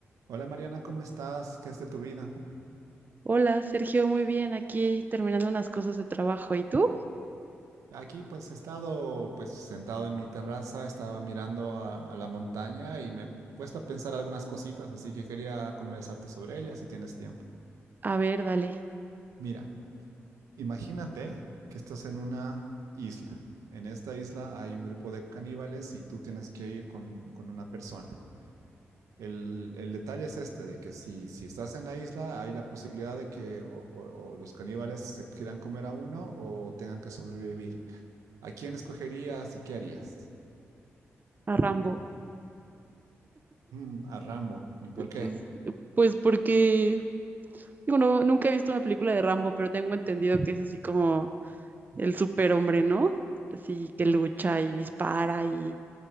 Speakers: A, on the right; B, on the right.
A: Hola Mariana, ¿cómo estás? ¿Qué es de tu vida?
B: Hola, Sergio, muy bien. Aquí terminando unas cosas de trabajo. ¿Y tú?
A: Aquí pues he estado pues sentado en mi terraza, estaba mirando a, a la montaña y me he puesto a pensar algunas cositas, así que quería conversarte sobre ellas si tienes tiempo.
B: A ver, dale,
A: Mira, imagínate que estás en una isla. En esta isla hay un grupo de caníbales y tú tienes que ir con, con una persona. El, el detalle es este, de que si, si estás en la isla, hay la posibilidad de que o o- o los caníbales se quieran comer a uno o tengan que sobrevivir. ¿A quién escogerías y qué harías?
B: a Rambo.
A: Mm, a Rambo. ¿Y por qué?
B: Mm, Pues porque, digo, no, nunca he visto una película de Rambo, pero tengo entendido que es así como el superhombre, ¿no? Así que lucha y dispara y